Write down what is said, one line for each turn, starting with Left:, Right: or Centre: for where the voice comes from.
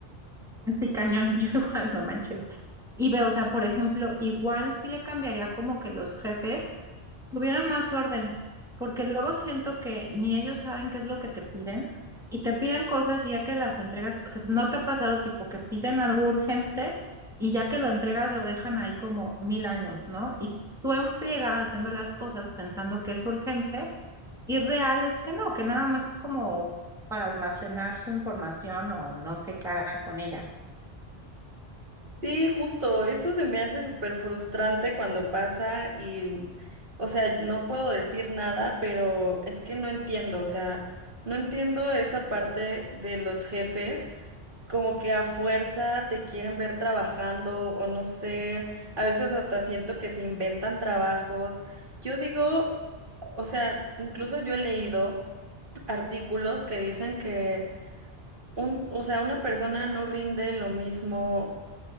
Centre: Este cañón, <laughs> yo igual no manches. Y veo, o sea, por ejemplo, igual sí le cambiaría como que los jefes tuvieran más orden, porque luego siento que ni ellos saben qué es lo que te piden y te piden cosas y ya que las entregas, o sea, ¿no te ha pasado tipo que piden algo urgente y ya que lo entregas lo dejan ahí como mil años, ¿no? Y tú en friega haciendo las cosas pensando que es urgente y real es que no, que nada más es como para almacenar su información o no sé qué hagan con ella.
Right: Sí, justo, eso se me hace súper frustrante cuando pasa y, o sea, no puedo decir nada, pero es que no entiendo, o sea, no entiendo esa parte de los jefes, como que a fuerza te quieren ver trabajando o no sé, a veces hasta siento que se inventan trabajos. Yo digo, o sea, incluso yo he leído artículos que dicen que un, o sea, una persona no rinde lo mismo